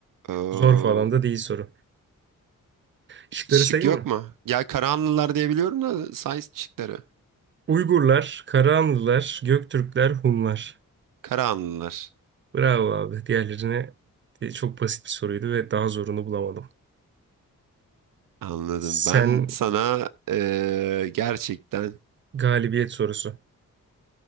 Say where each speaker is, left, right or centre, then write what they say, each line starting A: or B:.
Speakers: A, on the right; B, on the right.
A: Ee,
B: Zor falan da değil soru. Şıkları
A: şık
B: sayayım
A: yok
B: mı?
A: mu? Ya Karahanlılar diye biliyorum da Sais şıkları.
B: Uygurlar, Karahanlılar, Göktürkler, Hunlar.
A: Karahanlılar.
B: Bravo abi. Diğerlerine de çok basit bir soruydu ve daha zorunu bulamadım.
A: Anladım.
B: Sen
A: Ben sana ee, gerçekten
B: galibiyet sorusu.